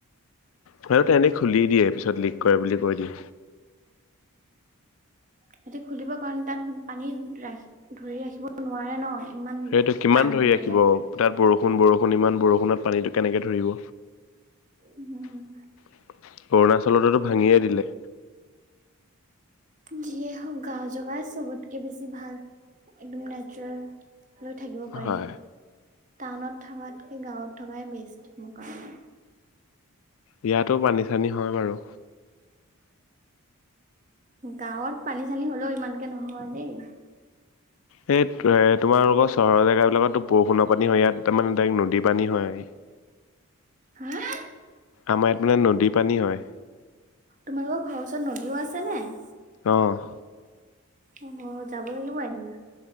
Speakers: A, on the left (about 65°); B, on the right (about 35°).
A: হয় এনেই খুলি দিয়ে, পিছত লিক কৰে বুলি কৈ দিয়ে।
B: সিহতি খুলিব কাৰণ, তাত পানী ৰাখি ধৰি ৰাখিব নোৱাৰে ন। ইমান
A: সেইটো কিমান
B: পানী
A: ধৰি ৰাখিব
B: হৈ যায়।
A: তাত বৰষুণ-বৰষুণ বৰষুণ ইমান বৰষুণত পানীটো কেনেকৈ ধৰিব।
B: উম,
A: অৰুণাচলতেটো ভাঙিয়ে দিলে।
B: যিয়ে হওক গাঁও জগাই চবতকে বেছি ভাল। একদম নেচাৰেল লৈ থাকিব পাৰি।
A: হয়
B: টাউনত থকাতকে গাঁৱত থকাই বেষ্ট। মোৰ কাৰণে।
A: বিয়াতো পানী চানী হয় বাৰু।
B: গাঁৱত পানী চানী হ'লেও ইমানকে নহয় দেই।
A: এই এ তোমাৰোকৰ চহৰ জেগা বিলাকতো বৰষুণৰ পানী হয় ইয়াত তাৰমানে ডৰেক নদী পানী হয়।
B: <inaudible>
A: আমাৰ ইয়াত মানে নদীৰ পানী হয়।
B: তোমালোকৰ ঘৰৰ ওচৰত নবৌ আছে নাই
A: অহ'
B: অ' যাব লাগিব এদিনা।